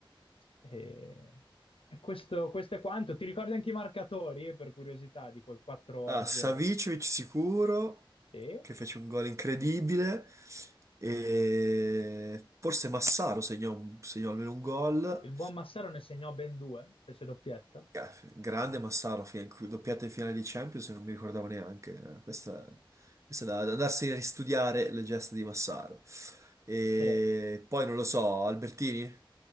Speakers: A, on the left (about 90°); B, on the right (about 35°).
A: E, e questo, questo è quanto. Ti ricordi anche i marcatori, per curiosità, di quel 4
B: Ah,
A: a
B: Savicevic
A: 0?
B: sicuro,
A: Sì.
B: che fece un gol incredibile. E forse Massaro segnò, un- segnò almeno un gol.
A: Il buon Massaro ne segnò ben due, fece doppietta.
B: Eh, Grande Massaro, fi- doppiata in finale di Champions, non mi ricordavo neanche. Eh, Questa, questa è da, da andarsi a ristudiare le gesta di Massaro. E
A: Sì.
B: poi non lo so, Albertini?